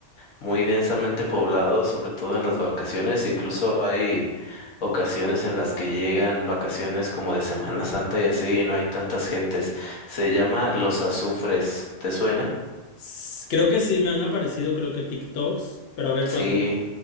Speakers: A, on the left; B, on the left.
A: muy densamente poblado, sobre todo en las vacaciones. Incluso hay ocasiones en las que llegan vacaciones como de Semana Santa y así, y no hay tantas gentes. Se llama Los Azufres. ¿Te suena?
B: S- Creo que sí, me han aparecido, creo que TikToks, pero a ver,
A: Sí.
B: cuéntame.